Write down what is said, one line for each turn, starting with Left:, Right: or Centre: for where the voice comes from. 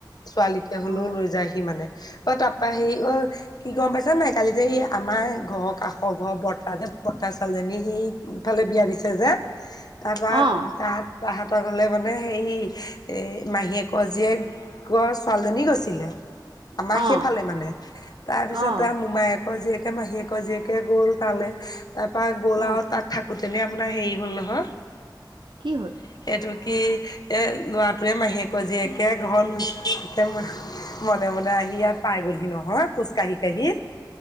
Left: ছোৱালী কে হ'লেও
Right: অ',
Left: লৈ যায়হি মানে অ তাৰপৰা সি অ কি গম পাইছা নাই কালি যে এই আমাৰ ঘৰৰ কাষৰ ঘৰ বৰতা যে বৰ্তা ছোৱালীজনী সেই ইফালে বিয়া দিছে যে তাৰপা
Right: অ',
Left: তাত বা হতৰ ঘৰলৈ মানে হেৰি এ মাহীয়েকৰ জীয়েক কৰ ছোৱালীজনী গৈছিলে আমাৰ
Right: অ',
Left: সেইফালে মানে তাৰপিছতে
Right: অ',
Left: মোমায়েক জীয়েকে মাহীয়েকৰ জীয়েকে গ'ল তালে তাৰ পৰা গ'ল
Right: অ',
Left: আৰু তাত থাকোতেনে আপোনাৰ হেৰি হ'ল নহয়
Right: কি হ'ল
Left: এইটো কি এ লৰাটোৱে মাহীয়েকৰ জীয়েকে ঘৰতে মনে মনে আহি ইয়াত পাই গ'লহি নহয় খোজ কাঢ়ি কাঢ়ি